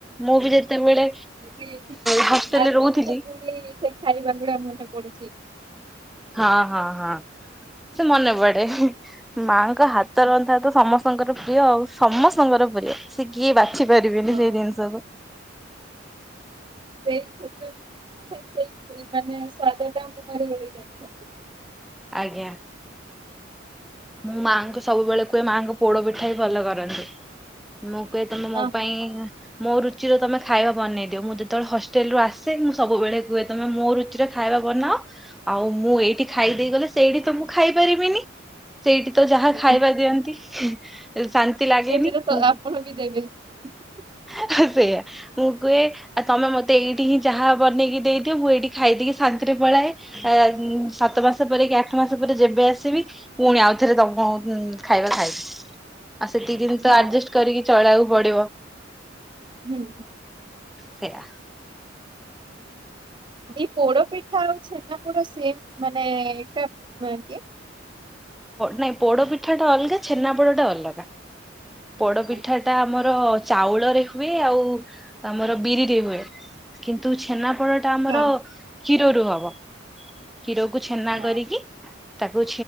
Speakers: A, in the centre; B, on the right.
A: ମୁଁ ବି ଯେତେବେଳେ
B: ଏବେ ଏଠିକି
A: ହସ୍ପିଟାଲରେ
B: ଆସିଥିଲି
A: ରହୁଥିଲି।
B: ଯେ ପୁଣି ସେ ଖାଇବା <inaudible>
A: ହଁ ହଁ ହଁ ସେ ମନେ ପଡେ ମା ଙ୍କ ହାତ
B: ହଁ
A: ରନ୍ଧା ତ ସମସ୍ତଙ୍କର ପ୍ରିୟ ଆଉ ସମସ୍ତଙ୍କର ପ୍ରିୟ ସେଏ କିଏ ବି ବୁଝି ପାରିବିନି
B: ହଁ
A: ସେଇ ଜିନିଷକୁୁ
B: ସେଇ ଛୋଟ ସେ ମାନେ ସ୍ଵାଦଟା ମୁହଁରେ ରହିଯାଇଥାଏ।
A: ଆଜ୍ଞା! ମୁଁ ମାଆଙ୍କୁ ସବୁବେଳେ କୁହେ ମାଆଙ୍କ ପୋଡ ପିଠା ହିଁ ଭଲ କରନ୍ତି ମୁଁ କୁହେତ ମୋ
B: ହଁ
A: ପାଇଁ
B: ହଁ
A: ମୋ ରୁଚି ର ତମେ ଖାଇବା ବନେଇ ଦିଅ ମୁଁ ଯେତେବେଳେ ହଷ୍ଟେଲ ରୁ ଆସେ ମୁଁ ସବୁବେଳେ କୁେ ତମେ ମୋ ରୁଚିରେ ଖାଇବା ବନାଅ ଆଉ ମୁଁ ଏଇଠି ଖାଇ ଦେଇେଇ ଗଲେ ସେଇଠି ତ ମୁଁ ଖାଇ ପାରିବିନି। ସେଇଠି ତ ଯାହା
B: ଆଜ୍ଞା।
A: ଖାଇବା ଦିଅନ୍ତି ଶାନ୍ତି ଲାଗେନି
B: ଏଥିରେ ତ
A: ମୁଁ
B: ଆପଣ <unintelligible>
A: ସେଇୟା ମୁଁ କୁହେ ଆଉ ତମେ ମତେ ଏଇଠି ହିଁ ଯାହା ବନେଇକି ଦେଇଦିଅ ମୁଁ ଏଇଠି ଖାଇଦେଇକି ଶାନ୍ତି ପଳାଏ ସାତ ମାସ ପରେ କି ଆଠ ମାସ ପରେ ଯେବେ ଆସିବି ପୁଣି ଆଉ ଥରେ ତମକୁ ଖାଇବା ଖାଇବି ଆଉ ସେତିକି ଦିନ
B: ହଁ
A: ତ ଆଡଜଷ୍ଟ କରିକି ଚଳଉ ପଢିବ।
B: ହୁଁ ହୁଁ। <unintelligible>
A: ସେଇଆା।
B: ଏ ପୋଡ ପିଠା ଆଉଛେ। ନା ପୁରା ସେମ ମାନୋ କି।
A: ନାଇଁ ପୋଡ ପିଠା ଟା ଅଲଗା ଛେନା ପୋଡ ଟା ଅଲଗା ପୋଡ ପିଠା
B: ହଁ
A: ଟା ଆମର ଆମ ଚାଉଳ ରେ ହୁଏ ଆଉ ଆମର ବିରିରେ ହୁଏ କିନ୍ତୁ ଛେନା ଆପଣ ଟା ଆମର
B: ହଁ
A: କ୍ଷୀରରୁୁ ହବ କ୍ଷୀରକୁୁ ଛେନା
B: ହଁ
A: କରିକି ତାକୁ